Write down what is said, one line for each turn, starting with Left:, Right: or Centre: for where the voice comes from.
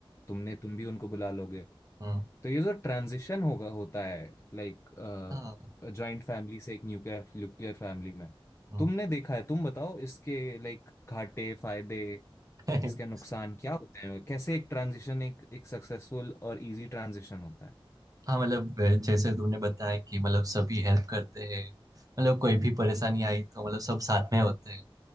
Left: तुमने तुम भी उनको बुला लोगे
Right: हाँ
Left: तो ये जो ट्रांजिशन होगा होता है लाइक
Right: हाँ
Left: जॉइंट फैमिली से एक न्यूक्लियर न्यूक्लियर फैमिली में
Right: हाँ।
Left: तुमने देखा है तुम बताओ इसके लाइक घाटे फायदे
Right: <laughs>
Left: इसके नुकसान क्या होते हैं कैसे एक ट्रांजिशन एक एक सक्सेसफुल और इजी ट्रांजिशन होता है
Right: हाँ मतलब अ, जैसे तुमने बताया कि मतलब सभी हेल्प करते हैं मतलब कोई भी परेशानी
Left: हम्म।
Right: आई तो मतलब सब साथ में होते हैं